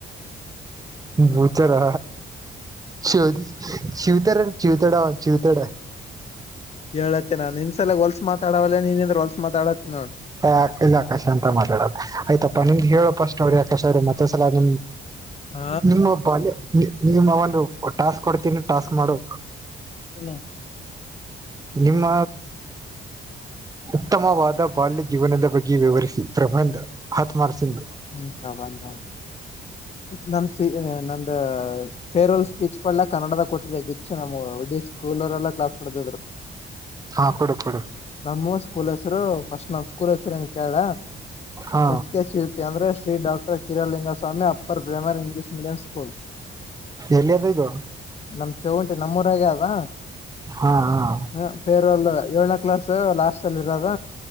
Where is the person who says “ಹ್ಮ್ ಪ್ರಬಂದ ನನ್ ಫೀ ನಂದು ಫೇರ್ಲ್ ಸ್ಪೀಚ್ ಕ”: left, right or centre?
Left